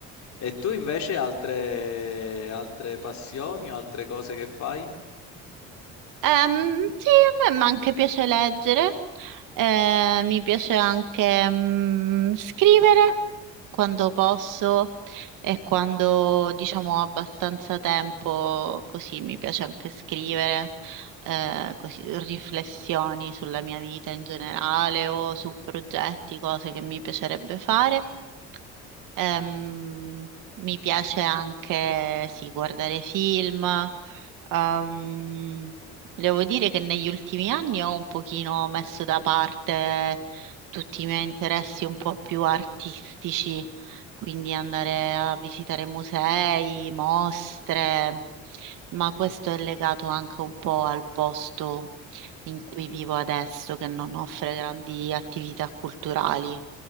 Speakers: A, on the left; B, on the right.
A: E tu invece altre, altre passioni o altre cose che fai?
B: Ehm, sì, a me ma anche piace leggere, eh, mi piace anche mm, scrivere quando posso e quando diciamo ho abbastanza tempo, così mi piace anche scrivere, eh, così, riflessioni sulla mia vita in generale o su progetti, cose che mi piacerebbe fare. Ehm, mi piace anche, sì, guardare film. Ehm, devo dire che negli ultimi anni ho un pochino messo da parte tutti i miei interessi un po' più artistici, quindi andare a visitare musei, mostre, ma questo è legato anche un po' al posto in cui vivo adesso, che non offre grandi attività culturali.